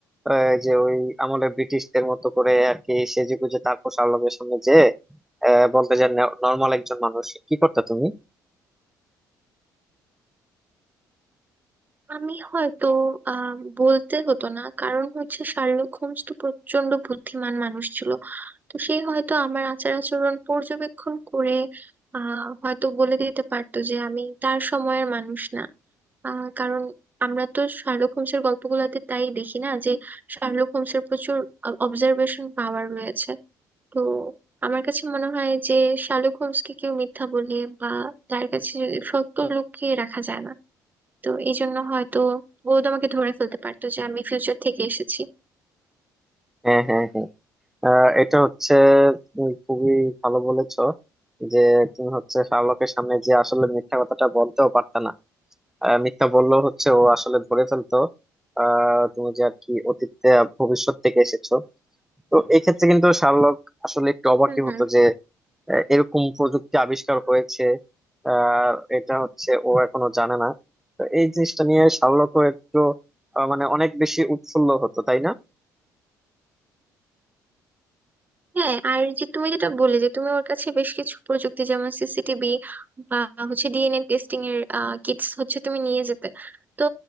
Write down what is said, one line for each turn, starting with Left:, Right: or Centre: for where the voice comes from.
Centre: আহ, যে ওই আমলে ব্রিটিশদের মতো করে আর কি সেজেগুজে তারপর শাহরুখের সামনে যে আহ, বলতে যে নর্মাল একজন মানুষ কি করতে তুমি
Right: আমি হয়তো আহ বলতে হতো না কারণ হচ্ছে শার্লক হোমস তো প্রচন্ড বুদ্ধিমান মানুষ ছিল তো সে হয়তো আমার আচার আচরণ পর্যবেক্ষণ করে আহ হয়তো বলে দিতে পারতো যে আমি তার সময়ের মানুষ না আহ কারণ আমরা তো শার্লক হোমসের গল্পগুলোতে তাই দেখি না যে শার্লক হোমসের প্রচুর অবজারভেশন পাওয়ার রয়েছে তো আমার কাছে মনে হয় যে শার্লক হোমসকে কেউ মিথ্যা বলে বা তার কাছে সত্য লুকিয়ে রাখা যায় না তো এই জন্য হয়তো ও তো আমাকে ধরে ফেলতে পারতো যে আমি ফিউচার থেকে এসেছি
Centre: হ্যাঁ হ্যাঁ হ্যাঁ আহ, এটা হচ্ছে তুমি খুবই ভালো বলেছো যে তুমি হচ্ছে শাহরুখের সামনে যে আসলে মিথ্যা কথাটা বলতেও পারতা না আহ, মিথ্যা বললেও হচ্ছে ও আসলে ধরে ফেলতো আহ, তুমি যে আর কি অতীতে আর ভবিষ্যৎ থেকে এসেছো তো এই ক্ষেত্রে কিন্তু শার্লক আসলে একটু অবাকই
Right: হুম হুম
Centre: হতো যে আহ, এরকম প্রযুক্তি আবিষ্কার হয়েছে আর এটা হচ্ছে ও এখনো জানে না তো এই জিনিসটা নিয়ে শার্লকও একটু আহ, মানে অনেক বেশি উৎফুল্ল হতো তাই না
Right: হ্যাঁ আর যে তুমি যেটা বললে যে তুমি ওর কাছে বেশ কিছু প্রযুক্তি যেমন সিসিটিভি বা হচ্ছে ডিএনএ টেস্টিং এর কিটস হচ্ছে তুমি নিয়ে যেতে তো